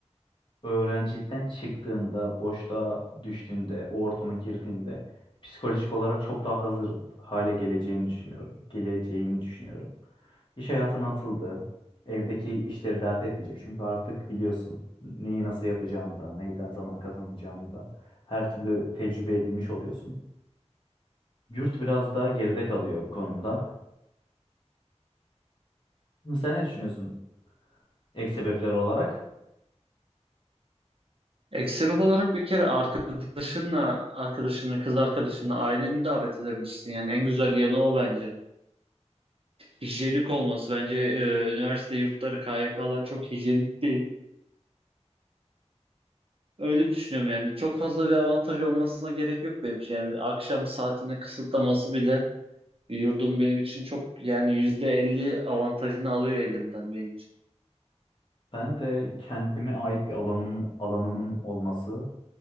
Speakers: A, on the left (about 45°); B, on the right (about 55°).
A: öğrencilikten çıktığında, boşluğa düştüğünde, o ortama girdiğinde psikolojik olarak çok daha hazır hale geleceğini düşünüyorum. Geleceğini düşünüyorum. İş hayatına atıldı. Evdeki işleri dert etmeyecek. Çünkü artık biliyorsun neyi nasıl yapacağını da, neyden zaman kazanacağını da her türlü tecrübe edinmiş oluyorsun. Yurt biraz daha geride kalıyor bu konuda. Sen ne düşünüyorsun? Ek sebepler olarak.
B: Ek sebep olarak bir kere arkadaşınla, arkadaşını, kız arkadaşını, aileni davet edebilirsin. Yani en güzel yanı o bence. hijyenik olması. Bence e, üniversite yurtları, KYK'lar çok hijyenik değil. Öyle düşünüyorum yani. Çok fazla bir avantaj olmasına gerek yok benim için. Yani akşam saatini kısıtlaması bile yurdum benim için çok yani %50 avantajını alıyor elimden benim için.
A: Ben de kendime ait bir alanım, alanımın olması